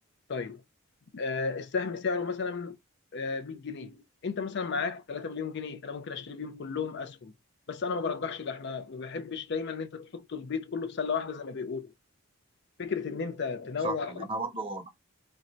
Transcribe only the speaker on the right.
صح لان انا برضو